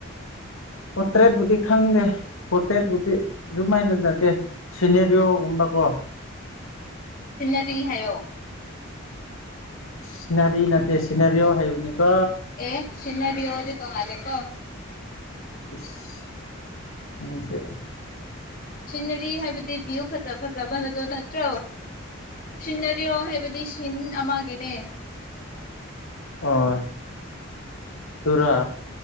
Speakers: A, on the left; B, on the left.
A: ꯄꯣꯔꯇ꯭ꯔꯦꯠꯕꯨꯨꯗꯤ ꯈꯪꯗꯦ ꯄꯣꯔꯇ꯭ꯔꯦꯠꯄꯨꯗꯤ ꯑꯗꯨꯃꯥꯏꯅ ꯅꯠꯇꯦ ꯁꯤꯅꯦꯔꯣꯒꯨꯝꯕ ꯀꯣ
B: ꯁꯤꯟꯅꯔꯤ ꯍꯥꯏꯌꯣ
A: ꯁꯤꯅꯔꯤ ꯅꯠꯇꯦ ꯁꯤꯅꯔꯤ ꯑꯣ ꯍꯥꯏꯕꯅꯤ ꯀꯣ
B: ꯑꯦ ꯁꯤꯟꯅꯔꯤꯑꯣꯗꯤ ꯇꯣꯡꯉꯂꯦꯀꯣ
A: ꯏꯁ ꯎꯝꯁꯦ
B: ꯁꯤꯅꯔꯤ ꯍꯥꯏꯕꯗꯤ ꯚ꯭ꯌꯨ ꯐꯖ ꯐꯖꯕ ꯍꯥꯏꯕꯗꯣ ꯅꯠꯇ꯭ꯔꯣ ꯁꯤꯟꯅꯔꯤꯑꯣ ꯍꯥꯏꯕꯗꯤ ꯁꯤꯟ ꯑꯃꯒꯤꯅꯦ
A: ꯑꯣ ꯇꯨꯔꯥ